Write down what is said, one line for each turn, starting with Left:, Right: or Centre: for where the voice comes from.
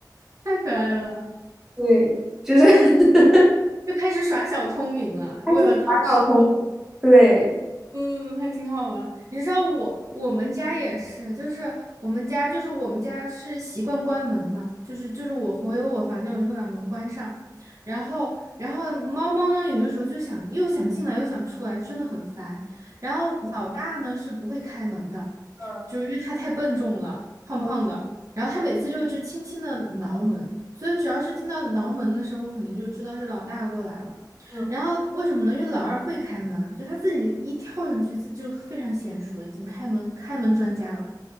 Right: 太可爱了，
Centre: 对，就是 <laughs>
Right: 又开始耍小聪明了，
Centre: 还是打小通，
Right: 为了讨吃。
Centre: 对。
Right: 嗯，还挺好玩。你知道我我们家也是，就是我们家就是我们家是习惯关门嘛，就是就是我回我房间我就会把门关上，然后然后猫猫呢有的时候就想又想进来又想出来，真的很烦。然后老大呢是不会开门的，
Centre: 嗯
Right: 就是因为它太笨重了，胖胖的，
Centre: 嗯
Right: 然后它每次就就轻轻的挠门，所以只要是听到挠门的声，我肯定就知道是老大过来了。
Centre: 嗯。
Right: 然后为什么呢？因为老二会开门，就他自己一跳上去，自就非常娴熟了，已经开门开门专家了。